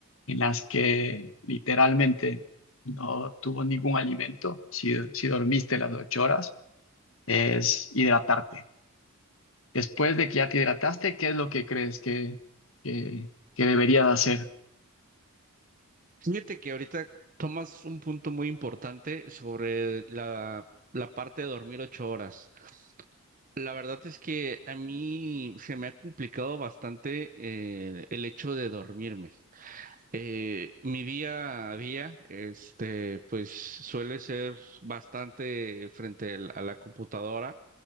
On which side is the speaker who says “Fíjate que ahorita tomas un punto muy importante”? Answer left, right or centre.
Right